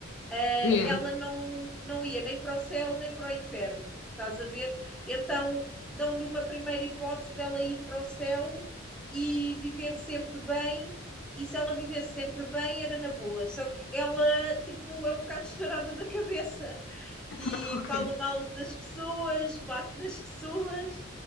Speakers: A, in the centre; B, on the left.
A: eh,
B: Yeah.
A: ela não, não ia nem para o céu nem para o inferno, estás a ver? Então, dão-lhe uma primeira hipótese dela ir para o céu e viver sempre bem, e se ela vivesse sempre bem, era na boa. Só que ela, tipo, é um bocado estourada da cabeça e
B: Ah, Ok.
A: fala mal das pessoas, bate nas pessoas.